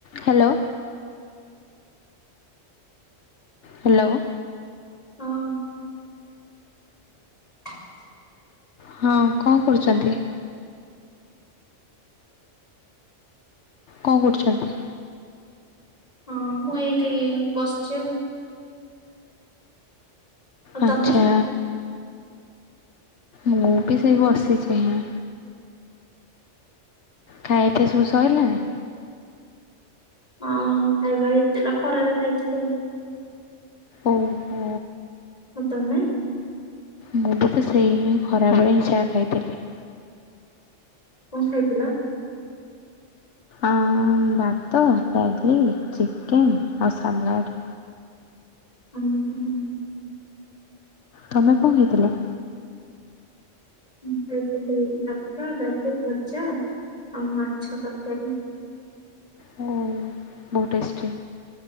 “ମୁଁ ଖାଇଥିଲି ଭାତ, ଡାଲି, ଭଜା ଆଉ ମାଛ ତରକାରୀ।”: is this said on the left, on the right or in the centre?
Left